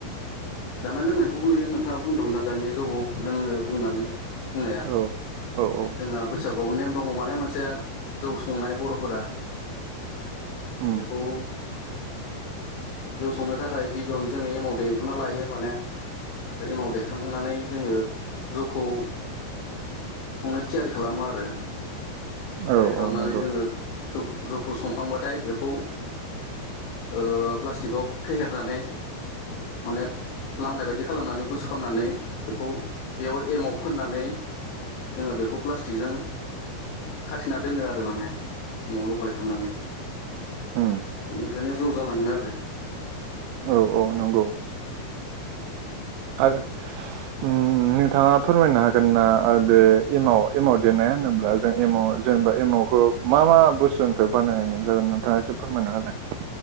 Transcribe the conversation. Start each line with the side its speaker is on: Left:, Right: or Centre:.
Left: जानाय लोंनायखौबो नुयो नोंथाङाबो बुंदोंमोन ना दानिया जौ लोङो बुंनानै बुंनाया
Right: औ औ औ
Left: जोंहा बैसागुआव नेम दङ माने मोनसे जौ संनाय बर'फोरा।
Right: उम
Left: बेखौ जौ संनो थाखाय गिबियावनो जोङो एमावट देग्रोना लायो माने ओमफ्राय एमाव दैेखांनानै जोङो जौखौ संनो थियारि खालामो आरो थियारि
Right: औ
Left: खालामनानै
Right: औ नंगौ
Left: जोङो जा जौखौ संखांबाथाय बेखौ ओ प्लास्टिकआव फेहेरनानै माने खामनाय बायदि खालामनानै गुसु खालामनानै बेखौ बेयाव एमाव फोननानै जोङो बेखौ प्लास्टिकजों खाथिना दोनो आरो माने एमाव लगाय थांनानै
Right: उम
Left: बेनिफ्रायनो ज' जालाङो आरो
Right: औ औ नंगौ। आर ओम नोंथाङा फोरमायनो हागोन ना आरो बे एमाव एमाव देरनाय होनोब्ला। जों एमाव जेनेबा एमवखौ मा मा बुस्थुनिफ्राय बानायनाय जागोन नोंथाङा एसे फोरमायना हालाय।